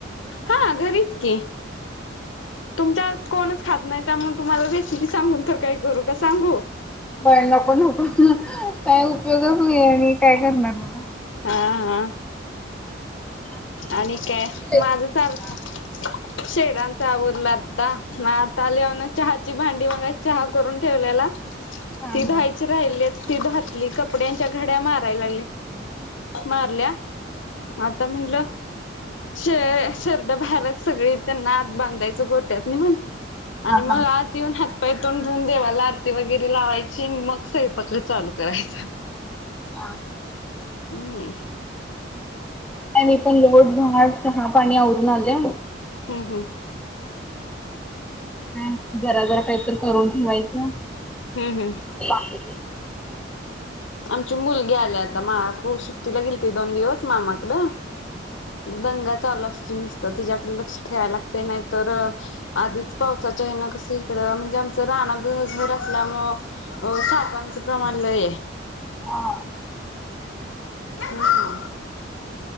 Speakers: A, on the left; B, in the centre.
A: हा, घरीच की तुमच्या कोणच खात नाही त्यामुळे, तुम्हाला रेसिपी सांगून तर काही करू का सांगू.
B: बर नको नको म्हणून काय उपयोगच नाही, आणि काय करणार मग.
A: हा हा,
B: दुसऱ्या
A: आणि काय
B: कशाची रेसिपी
A: माझं.
B: सांगा.
A: चालतंय. शेडांचा आवरला आता मग आता, लिव ना चहाची भांडी मग चहा करून ठेवलेला.
B: हा
A: ती
B: हा
A: धायची राहिलीयत ती घातली कपडे, कपड्यांच्या घड्या मारायला लागलीय. मारल्या आता म्हटलं. शे शेरडं बाहेरात सगळी त्यांना आत बांधायचं गोट्यात नेऊन. आणि
B: हा
A: मग
B: हा
A: आज. ती येऊन हातपाय, तोंड धुऊन देवाला आरती वगैरे लावायची मग, स्वयंपाक चालू करायचा. <inaudible>
B: हां.
A: हम्म.
B: खाली पण लोट झाड, चहा पाणी आवरून आले.
A: हमं. हंम.
B: नाही जरा जरा, काहीतरी करून ठेवायचं.
A: हम् हम्.
B: <unintelligible>
A: आमची मुलगी आल्या आता मा खू सुट्टीला गेलती दोन दिवस मामाकडं. दंगा चालू असतोय नुसत तिच्याकड‌, लक्ष ठेवायला लागतय नाही तर. आधीच पावसाच्या हेन कस इकड म्हणजे, आमचं रानात घर घर असल्यामुळं हो सापांचं प्रमाण लय हाय.
B: अ
A: हम्म.